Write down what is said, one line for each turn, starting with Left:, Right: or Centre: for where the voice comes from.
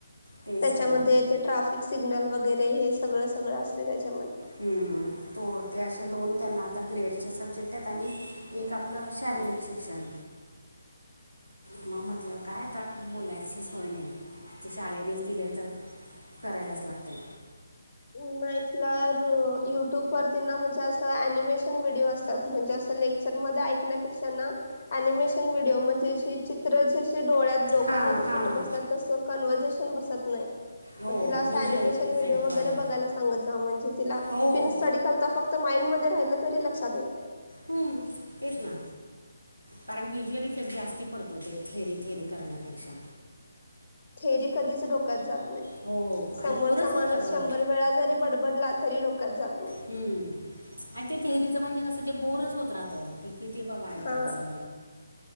Right: ते
Left: त्याच्यामध्ये
Right: सगळं
Left: ते ट्राफिक सिग्नल वगैरे हे सगळं सगळं असते त्याच्यामध्ये.
Right: हम्म त ते असे दोन त्यांना आता ग्रेडचे सब्जेक्ट आहेत आणि एक आपलं अशा शारीरिक शिक्षण मग म्हटलं काय आता बोलायची सोय नाही. ते शाळेनेच दिले तर करायलाच लागतय.
Left: नाही तीला युट्यूब वरती ना म्हणजे असं ॲनिमेशन व्हिडिओ असतात म्हणजे असं लेक क्चर मध्ये ऐकण्यापेक्षा ना ॲनिमेशन व्हिडिओ म्हणजे चित्र जसे डोळ्यात, डोक्यामध्ये
Right: हां हां
Left: फिट बसतात. तस कन्वर्झेशन बसत नाही.
Right: हो
Left: म तिला असं
Right: व्हिज्युअल
Left: अनिमेशन
Right: इफेक्टवाला
Left: व्हिडीओ वगैरे बघायला बसव म्हणजे तीला
Right: हो
Left: स्टडी करता फक्त माइंड मध्ये राहिल तरी लक्षात येतय.
Right: हम् तेच ना. कारण व्हिज्युअल इफेक्ट जास्ती पडतो ते थेरी-थेरी करण्यापेक्षा.
Left: थेरी कधीच डोक्यात जात नाही.
Right: हो आणि
Left: समोरचा
Right: बोरच
Left: माणूस
Right: होतं गं
Left: शंभर वेळा जरी बडबडला तरी डोक्यात जात नाही.
Right: हम्म. आणि ते थेरीचं म्हणजे कस ते बोरच होत राहत. किती बाबा ऐकायचं.
Left: हा